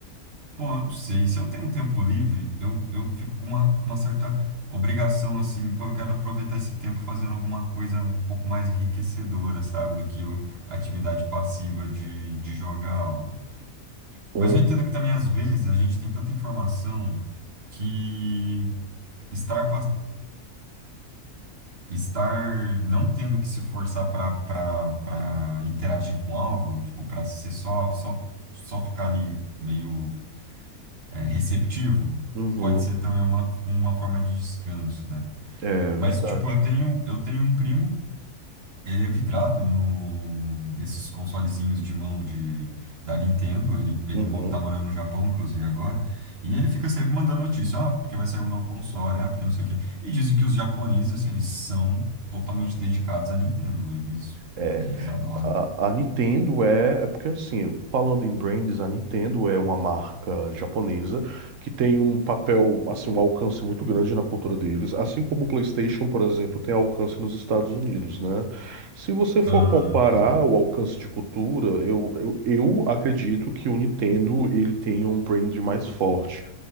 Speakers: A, on the right (about 40°); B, on the right (about 60°).
A: pô, eu não sei, se eu tenho um tempo livre, eu, eu fico com uma, uma certa obrigação, assim, pô, eu quero aproveitar esse tempo fazendo alguma coisa um pouco mais enriquecedora, sabe, do que o- a atividade passiva de, de jogar algo.
B: Hum,
A: Mas eu entendo que também, às vezes, a gente tem tanta informação que estar estar não tendo que se forçar para para interagir com algo, tipo, para ser só só só ficar ali meio é, receptivo,
B: Uhum.
A: pode ser também uma, uma forma de descanso, né?
B: É
A: Mas
B: verdade.
A: tipo, eu tenho eu tenho um primo ele é vidrado no, nesses consolezinhos de mão de, da Nintendo. Ele, ele
B: Uhum.
A: mo- tá morando no Japão, inclusive, agora. E ele fica sempre mandando notícia. Ah, porque vai sair um novo console. Ah, porque não sei o quê. E dizem que os japoneses, assim, eles são totalmente dedicados à Nintendo. Eles,
B: É,
A: eles adoram.
B: A, a Nintendo é, é porque assim, falando em brands, a Nintendo é uma marca japonesa que tem um papel, assim, um alcance muito grande na cultura deles, assim como o PlayStation, por exemplo, tem alcance nos Estados Unidos, né? Se você for
A: Ah,
B: comparar
A: tá.
B: o alcance de cultura, eu, eu, eu acredito que o Nintendo ele tenha um brand mais forte.